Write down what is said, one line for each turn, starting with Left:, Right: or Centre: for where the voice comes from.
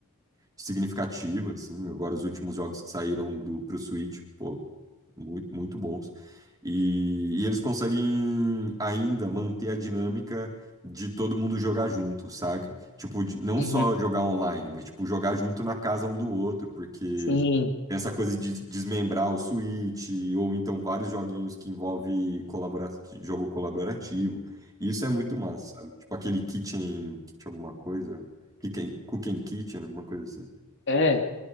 Right: significativa, assim. Agora, os últimos jogos que saíram do, pro Switch, pô, muito, muito bons. E, e eles conseguem ainda manter a dinâmica de todo mundo jogar junto, saca? Tipo, de- não
Left: Uhum,
Right: só jogar online, mas tipo jogar junto na casa um do outro, porque
Left: Sim.
Right: essa coisa de desmembrar o Switch ou então vários joguinhos que envolve colabora jogo colaborativo. E isso é muito massa, sabe? Tipo aquele Kitchen, Kitchen alguma coisa, Kitchen, Cooking Kitchen, alguma coisa assim.
Left: É,